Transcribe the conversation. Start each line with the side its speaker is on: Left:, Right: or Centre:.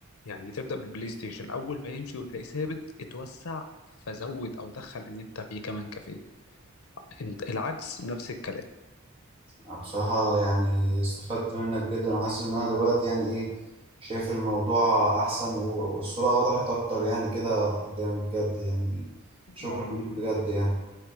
Left: يعني تبدا بالبلاي ستيشن اول ما يمشي وتلاقيه ثابت اتوسع فزود او دخل ان انت فيه كمان كافيه انت- العكس نفس الكلام
Right: أنا بصراحه يعني استفدت منك جدا وحاسس ان انا دلوقتي يعني ايه شايف الموضوع احسن و- والصوره وضحت اكتر يعني كده قدام بجد يعني شكرا
Left: ما هو
Right: ليك بجد يعني